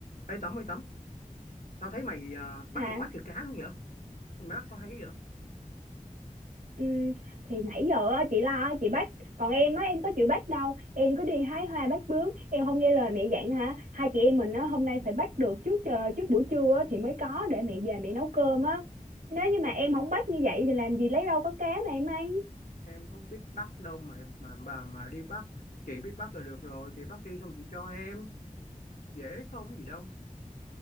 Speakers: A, on the left (about 75°); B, on the right (about 80°).
A: Ê Tấm ơi Tấm, tao thấy mày à, bắt
B: hả
A: được quá trời cá luôn vậy? Mày bắt sao hay vậy?
B: Ừm, thì nãy giờ á, chị lo á, chị bắt còn em á em có chịu bắt đâu em cứ đi hái hoa bắt bướm em không nghe lời mẹ dặn hả hai chị em mình á hôm nay phải bắt được trước chờ trước buổi trưa á, thì mới có để mẹ về mẹ nấu cơm á nếu như mà em không bắt như vậy thì làm gì lấy đâu có cá mà em ăn
A: Em có biết bắt đâu mà mà bà mà đi bắt, chị biết bắt là được rồi, chị bắt đi xong chị cho em, dễ không gì đâu.